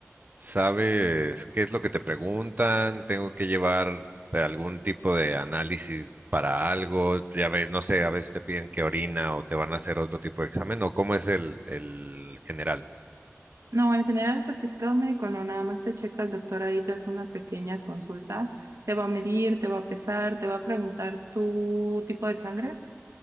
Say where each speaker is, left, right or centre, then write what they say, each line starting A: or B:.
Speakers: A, on the right; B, on the right.
A: ¿sabes qué es lo que te preguntan? ¿Tengo que llevar algún tipo de análisis para algo? Ya ves, no sé, a veces te piden que orina o te van a hacer otro tipo de examen o cómo es el, el general.
B: No, en general el certificado médico no, nada más te checa el doctor ahí, te hace una pequeña consulta, te va a medir, te va a pesar, te va a preguntar tu tipo de sangre.